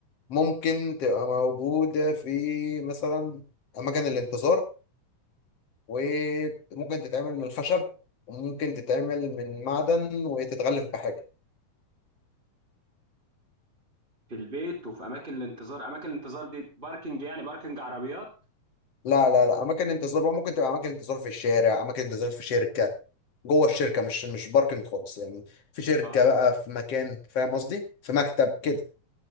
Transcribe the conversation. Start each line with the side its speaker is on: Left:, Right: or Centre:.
Left: ممكن تبقى موجودة في مثلا أماكن الانتظار وممكن تتعمل من الخشب وممكن تتعمل من معدن وتتغلف بحاجة
Right: في البيت وفي اماكن الانتظار اماكن الانتظار دي باركنج يعني باركنج عربيات
Left: لا لا لا أماكن انتظار بقى ممكن تبقى أماكن انتظار في الشارع أماكن انتظار في شركة جوه الشركة مش مش باركنج خالص يعني في شركة
Right: اه
Left: بقى في مكان فاهم قصدي في مكتب كده